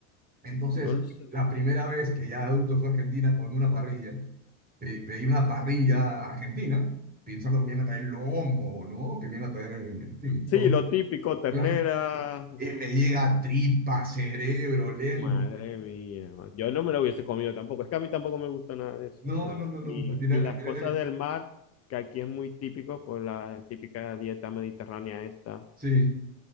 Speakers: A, on the right; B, on the left.
A: Entonces,
B: No lo sabía.
A: la primera vez que ya de adulto fue a Argentina con una parrilla, pe- pedí una parrilla argentina, pensando que me iban a traer lomo, ¿no? Que me iban a traer, en fin,
B: Sí,
A: todo.
B: lo
A: <laughs>
B: típico, ternera,
A: Claro. Y me llega tripa, cerebro, lengua.
B: Madre mía, man. yo no me lo hubiese comido tampoco. Es que a mí tampoco me gusta nada de eso,
A: No,
B: nada.
A: no, no, no.
B: Ni,
A: Al final,
B: ni las
A: al final,
B: cosas
A: eh,
B: del mar, que aquí es muy típico por la típica dieta mediterránea esta,
A: sí,